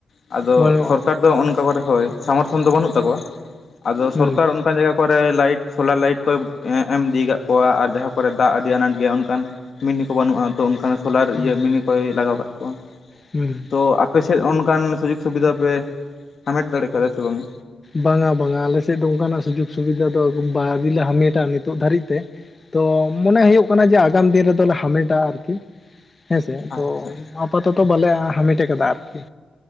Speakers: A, on the left; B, on the left.
A: ᱟᱫᱚ
B: ᱵᱟᱹᱱᱩᱜᱼᱟ
A: ᱥᱚᱨᱠᱟᱨ ᱫᱚ ᱚᱱᱠᱟ ᱠᱚᱨᱮ ᱦᱳᱭ ᱥᱟᱢᱚᱨᱛᱷᱚᱱ ᱫᱚ ᱵᱟᱹᱱᱩᱜ ᱛᱟᱠᱚᱣᱟ ᱟᱫᱚ
B: ᱦᱩᱸ
A: ᱥᱚᱨᱠᱟᱨ ᱚᱱᱠᱟᱱ ᱡᱟᱭᱜᱟ ᱠᱚᱨᱮ ᱞᱟᱭᱤᱴ ᱥᱳᱞᱟᱨ ᱞᱟᱭᱤᱴ ᱠᱚᱭ ᱮᱢ ᱤᱫᱤᱭᱟᱠᱟᱫ ᱠᱚᱣᱟ ᱟᱨ ᱡᱟᱦᱟᱸ ᱠᱚᱨᱮ ᱫᱟᱜ ᱟᱹᱰᱤ ᱟᱱᱟᱴ ᱜᱮᱭᱟ ᱚᱱᱠᱟᱱ ᱢᱤᱱᱤ ᱠᱚ ᱵᱟᱹᱱᱩᱜᱼᱟ ᱛᱚ ᱚᱱᱠᱟᱟᱱ ᱥᱳᱞᱟᱨ
B: ᱦᱩᱸ
A: ᱤᱭᱟ ᱢᱤᱱᱤ ᱠᱚᱭ ᱞᱟᱜᱟᱣ ᱠᱟᱜ ᱠᱚᱣᱟ᱾
B: ᱦᱩᱸ᱾
A: ᱛᱚ ᱟᱯᱮᱥᱮᱫ ᱚᱱᱠᱟᱱ ᱥᱩᱡᱳᱜᱽ ᱥᱩᱵᱤᱫᱟ ᱯᱮ ᱦᱟᱢᱮᱴ ᱫᱟᱲᱮ ᱠᱟᱣᱫᱟ ᱥᱮ ᱵᱟᱝᱟ?
B: ᱵᱟᱝᱟ ᱵᱟᱝᱟ ᱟᱞᱮ ᱥᱮᱫ ᱫᱚ ᱚᱱᱠᱟᱱᱟᱜ ᱥᱩᱡᱳᱜᱽ ᱥᱩᱵᱤᱫᱷᱟ ᱫᱚ ᱵᱟᱹᱣᱨᱤ ᱦᱟᱢᱮᱴᱟ ᱱᱤᱛᱚᱜ ᱫᱷᱟᱹᱨᱤᱡ ᱛᱮ᱾ ᱛᱚ ᱢᱚᱱᱮ ᱦᱩᱭᱩᱜᱭ ᱠᱟᱱᱟ ᱡᱮ ᱟᱜᱟᱢ ᱫᱤᱱ ᱨᱮᱫᱚᱞᱮ ᱦᱟᱢᱮᱴᱟ ᱟᱨᱠᱤ᱾ ᱦᱮᱸᱥᱮ ᱛᱚ
A: ᱟᱪᱪᱷᱟ
B: ᱟᱯᱟᱛᱚᱛᱚ ᱵᱟᱞᱮ ᱦᱟᱢᱮᱴ ᱠᱟᱫᱟ ᱟᱨᱠᱤ